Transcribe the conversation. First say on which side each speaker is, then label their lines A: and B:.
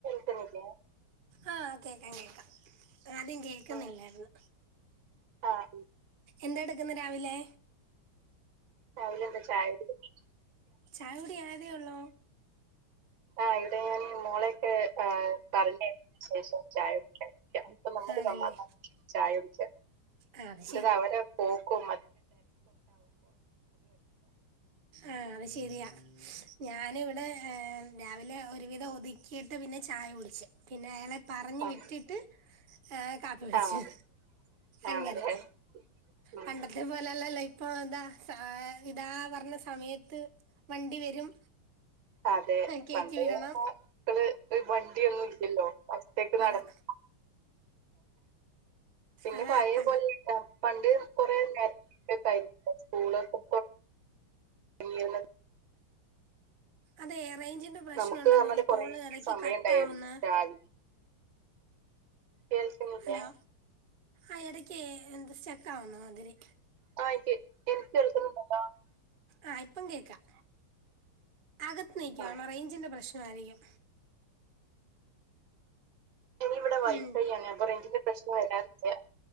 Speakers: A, on the right (about 65°); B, on the right (about 30°).
A: ട്ട്ണില്ലേ
B: ആഹ് കേക്കാം കേക്കാം ആദ്യം കേക്കുന്നില്ലായിരുന്നു
A: ഉം ആഹ്
B: എന്താ എടുക്കുന്ന രാവിലെ
A: രാവിലെന്താ ചായക്ക് കടി
B: ചായകുടിയായതേ ഒള്ളോ
A: ആഹ് ഇവിടെ ഞാൻ മോളെയൊക്കെ ആഹ് പറഞ്ഞയച്ച ശേഷം ചായ കുടിക്കാൻ നിക അപ്പ നമ്മക്ക്
B: ആണല്ലേ
A: സമാധനത്തിൽ ചായ കുടിക്കാ
B: ആ അത്
A: ഇത് അവരെ പോകും മ
B: ഏഹ് അത് ശരിയാ ഞാനിവിടെ ഏഹ് രാവിലെ ഒരുവിധം ഒതുക്കിയിട്ട് പിന്നെ ചായ കുടിച്ച് പിന്നെ അയാളെ പറഞ്ഞു
A: ആഹ്
B: വിട്ടിട്ട് ഏ കാപ്പി കുടിച്ച്
A: ആഹ്
B: അങ്ങനെ
A: ആണല്ലേ ഉം
B: പണ്ടത്തെ പോലല്ലല്ലേ ഇ ഇപ്പൊ എന്താ ഇതാ പറഞ്ഞ സമയത്ത് വണ്ടി വരും
A: അതേ
B: കയറ്റി
A: പണ്ട്പൊ
B: വിടണം
A: മക്കള് ഒരു വണ്ടിയൊന്നും ഇല്ലല്ലോ ഒറ്റക്ക് നടന്നു
B: അതാ
A: പിന്നെ
B: അതാ
A: പഴയ
B: പണ്ട്
A: പോലെ അല്ല ഇപ്പോ പണ്ട് കൊറ ഉണ്ടായിരുന്നു ഒക്കെ ആയിരുന്നു സ്കൂളൊക്കെ <unintelligible>
B: അതെറേഞ്ചിന്റെ പ്രശ്നണ്ടന്ന്
A: നമുക്ക് പറഞ്ഞാല്
B: തോന്നുന്നു
A: കൊറേ
B: കോള് എടക്കി
A: സമയം
B: കട്ട്
A: ഉണ്ടായിരുന്നു
B: ആവുന്നെ
A: രാവിലെ കേൾക്കുന്നില്ലേ
B: ഹലോ ആഹ് എടക്ക് എന്ത് സ്റ്റെക് ആവുന്ന മാതിരി
A: <unintelligible> <unintelligible>
B: ആ ഇപ്പം കേക്കാം അകത്ത് നിക്കുവാണോ
A: ആ
B: റേഞ്ചിന്റെ പ്രശ്നായിരിക്കും.
A: ഇവടെ വൈഫൈ
B: ഉം,
A: ആണ് അപൊ റയിഞ്ചിന്റെ പ്രശ്നം വരാറില്ല.